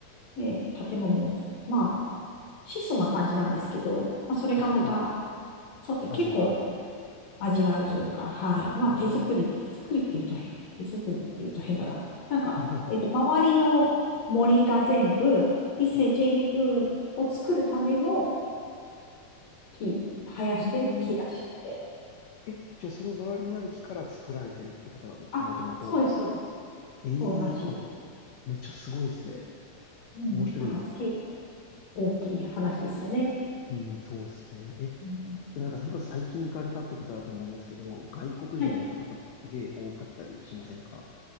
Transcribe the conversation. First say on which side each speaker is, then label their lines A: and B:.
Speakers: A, on the left (about 65°); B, on the left (about 85°).
A: う。ね、建物も、まあ質素な感じなんですけど、まあ、それがまた、
B: あ、そうなの
A: そう、
B: 味があるという。
A: 結構味があるというか、はい。まあ、
B: うーん。
A: 手作り、手作りって言うと変、手作りって言うと変だな。なんか、
B: <laughs>
A: えっと、周りの森が全部、伊勢神宮を作るための
B: はい。
A: 木、生やしてる木らしくて。
B: うーん。え、じゃあその周りにある木から作られてるってことなんですかもともと。
A: あ、そうです、そうです。
B: ええー、
A: そうらしい。
B: あ、めっちゃすごいですね。
A: うん。
B: 面白いです。
A: なんか、すき大きい話ですよね。
B: うん、そうですね。え、で
A: うん、
B: もなんかそれこそ最近行かれたってことだと思うんですけど、外国人の方とかすげえ多かったりしませんか
A: はい。